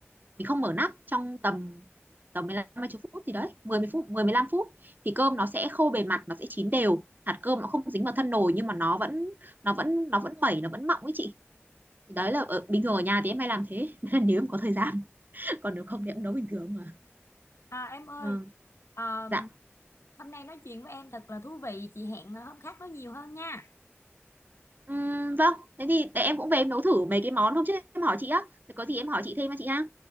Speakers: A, on the right (about 40°); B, on the left (about 70°).
A: mình không mở nắp trong tầm tầm 15 20 phút thì đấy 10 10 phút 10 15 phút thì cơm nó sẽ khô bề mặt nó sẽ chín đều hạt cơm nó không dính vào thân nồi nhưng mà nó vẫn nó vẫn nó vẫn mẩy nó vẫn mọng ấy chị thì đấy là ở, bình thường ở nhà thì em hay làm thế <laughs> Nên là nếu em có thời gian <laughs> còn nếu không thì em nấu bình thường mà
B: à em ơi
A: ừ.
B: à,
A: dạ
B: hôm nay nói chuyện với em thật là thú vị chị hẹn hôm khác nói nhiều hơn nha
A: Ừm, vâng thế thì để em cũng về em nấu thử mấy cái món hôm trước em hỏi chị á thì có gì em hỏi chị thêm á chị ha